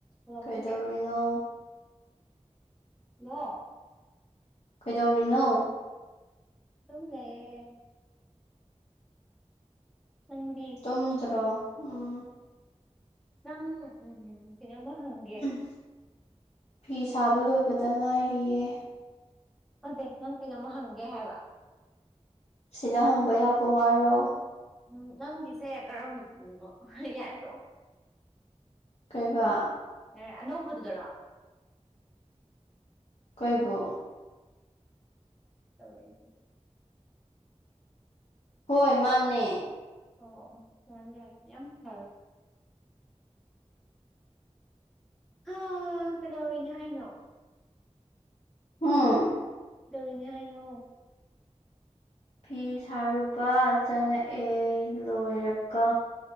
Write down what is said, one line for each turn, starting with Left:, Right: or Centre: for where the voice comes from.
Centre: ꯍꯜꯂꯣ
Left: ꯀꯩꯗꯧꯔꯤꯅꯣ
Centre: ꯂꯣ
Left: ꯀꯩꯗꯧꯔꯤꯅꯣ
Centre: ꯇꯨꯝ ꯂꯩꯌꯦ ꯅꯥꯪꯗꯤ
Left: ꯎꯝ ꯗꯔꯣ ꯎꯝ
Centre: ꯅꯪ ꯎꯝ ꯀꯩꯅꯣ ꯃꯥ ꯍꯥꯡ
Left: ꯎꯝ ꯐꯤ ꯁꯥꯕ ꯂꯣꯏꯕꯗ ꯉꯥꯏꯔꯤꯌꯦ
Centre: ꯅꯠꯇꯦ ꯅꯪ ꯀꯩꯅꯝꯃ ꯍꯪꯒꯦ ꯍꯥꯏꯕ
Left: ꯁꯤꯗ ꯍꯪꯕ ꯌꯥꯕ ꯋꯥꯔꯣ
Centre: ꯎꯝ ꯅꯪꯒꯤꯁꯦ ꯀꯔꯝꯕ ꯅꯣ ꯍꯦ ꯌꯥꯔꯦ ꯇꯣꯛ ꯑꯣ
Left: ꯀꯩꯕ
Centre: ꯑꯦ ꯑꯅꯧꯕꯗꯨꯗꯔꯣ
Left: ꯀꯦꯏꯕꯨ
Centre: <unintelligible>
Left: ꯍꯣꯏ ꯃꯥꯅꯦ
Centre: ꯑꯣ ꯑꯣ ꯌꯥꯏ ꯌꯥꯏ ꯌꯥꯝ ꯐꯔꯦ ꯍꯥ ꯀꯩꯗꯧꯔꯤꯅꯦ ꯍꯥꯏꯅꯣ
Left: ꯍꯨꯝ
Centre: ꯗꯧꯔꯤꯅꯦ ꯍꯥꯏꯅꯣ
Left: ꯐꯤ ꯁꯥꯔꯨꯕ ꯆꯪꯉꯛꯑꯦ ꯂꯣꯏꯔꯀ